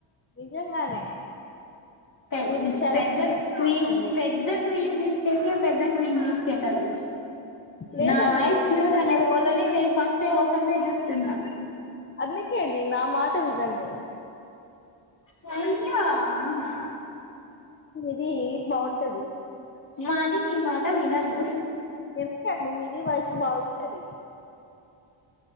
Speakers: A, on the left; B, on the left.
A: నిజంగానే
B: పె
A: మీది చాలా
B: పెద్ద
A: క్యూట్ గా
B: క్రీమ్
A: ఉందండి
B: పెద్ద క్రీమ్ బిస్ కెట్ పెద్ద క్రీమ్ బిస్కెట్ అది
A: లేదండి
B: నా వాయిస్ క్యూటనే
A: మీది చాలా
B: వీళ్ళనీ ఫస్ట్ టైం ఓపెన్ గా చూస్ తిన్న
A: అందుకే అండి నా మాట వినండీ
B: సంధ్య ఆహా
A: ఇదీ బాగుంటది
B: మాది మీ మాట వినదు
A: ఎందుకండి మీది వయసు బాగుంటది